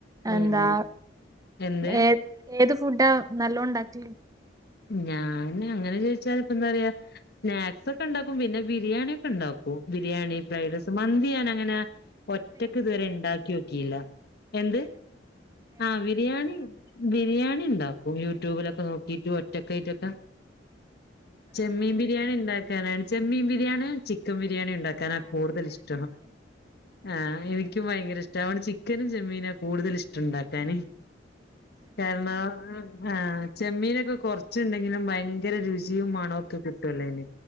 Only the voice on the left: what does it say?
പിന്നെ
എന്ത്
ഞാൻ അങ്ങനെ ചോദിച്ചാൽ പ്പെന്താ പറയാ നേരത്തെക്കെ ഉണ്ടാക്കും പിന്നെ ബിരിയാണി ഒക്കെ ഇണ്ടാക്കും ബിരിയാണി ഫ്രൈഡ് റൈസ് മന്തി ഞാൻ അങ്ങനെ ഒറ്റക്ക് ഇതുവരെ ഒണ്ടാക്കി നോക്കിയില്ല എന്ത് ആ ബിരിയാണി ബിരിയാണി ണ്ടാക്കും യൂട്യൂബിലൊക്കെ നോക്കിട്ട് <unintelligible> ചെമ്മീൻ ബിരിയാണി ഇണ്ടാക്കാനാണ് ചെമ്മീൻ ബി <unintelligible> ചിക്കൻ ബിരിയാണി ഇണ്ടാക്കാനാ കൂടുതൽ ഇഷ്ടം ആ ക്കും ഭയങ്കര ഇഷ്ടാ വടെ ചിക്കനും ചെമ്മീനാ കൂടുതൽ ഇഷ്ടം ണ്ടാക്കാന് കാരണം ആ ചെമ്മീനക്കെ കുറച ച്ചന്തങ്കിലും ഭയങ്ക ഭയങ്കര രുചിയും മണൊക്കെ കിട്ടുവല്ലേന്